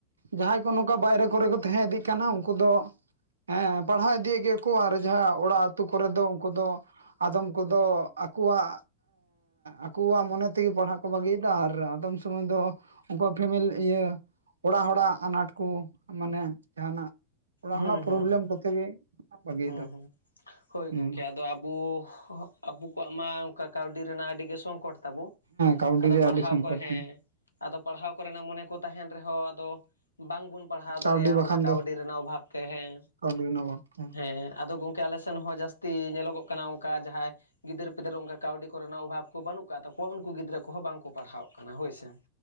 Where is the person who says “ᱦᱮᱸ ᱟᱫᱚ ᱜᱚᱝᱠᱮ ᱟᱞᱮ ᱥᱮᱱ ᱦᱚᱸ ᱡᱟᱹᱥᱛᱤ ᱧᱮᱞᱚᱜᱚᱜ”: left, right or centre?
Left